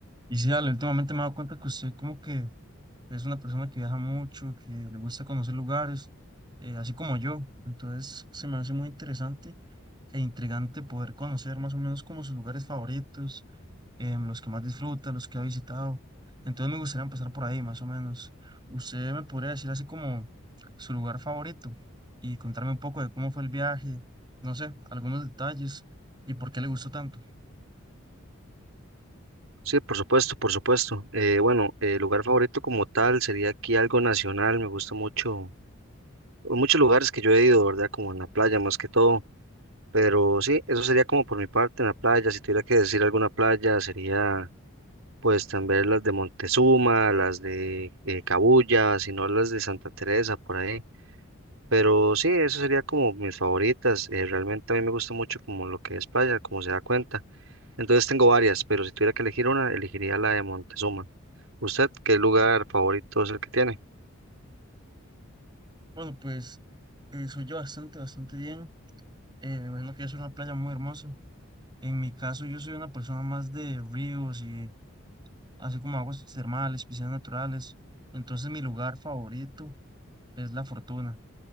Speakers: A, on the right (about 20°); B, on the right (about 75°).
A: Y sí, Ale, últimamente me he dado cuenta que usted como que es una persona que viaja mucho, que le gusta conocer lugares, eh, así como yo. Entonces se me hace muy interesante e intrigante poder conocer más o menos como sus lugares favoritos, em, los que más disfruta, los que ha visitado. Entonces me gustaría empezar por ahí, más o menos. ¿Usted me podría decir así como su lugar favorito y contarme un poco de cómo fue el viaje, no sé, algunos detalles y por qué le gustó tanto?
B: Sí, por supuesto, por supuesto. Eh, bueno, eh, lugar favorito como tal sería aquí algo nacional. Me gusta mucho, muchos lugares que yo he ido, ¿verdad? Como en la playa más que todo. Pero sí, eso sería como por mi parte en la playa. Si tuviera que decir alguna playa, sería pues también las de Montezuma, las de eh, Cabuya, si no las de Santa Teresa, por ahí. Pero sí, eso sería como mis favoritas. eh, realmente a mí me gusta mucho como lo que es playa, como se da cuenta. Entonces tengo varias, pero si tuviera que elegir una, elegiría la de Montezuma. ¿Usted qué lugar favorito es el que tiene?
A: Bueno, pues... Eh, soy yo bastante, bastante bien. Eh, me imagino que es una playa muy hermosa. En mi caso, yo soy una persona más de ríos y así como aguas termales, piscinas naturales. Entonces, mi lugar favorito es La Fortuna.